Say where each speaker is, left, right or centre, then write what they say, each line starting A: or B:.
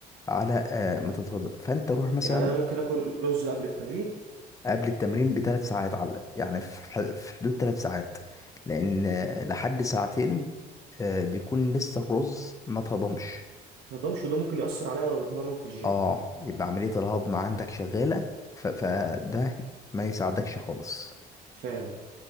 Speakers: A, on the left (about 20°); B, on the right (about 75°).
A: على آه، ما تتهضم فأنت روح مثلا
B: يعني أنا ممكن آكل رز قبل التمرين
A: قبل التمرين بثلاث ساعات على يعني في ح- في حدود
B: مم.
A: ثلاث ساعات لأن آه، لحد ساعتين آه، بيكون لسه الرز ما تهضمش
B: متقدرش وده ممكن يأثر عليا وأنا بتمرن في الجيم
A: اه يبقى عملية الهضم عندك شغالة ف... فده ما يساعدكش خالص
B: فعلا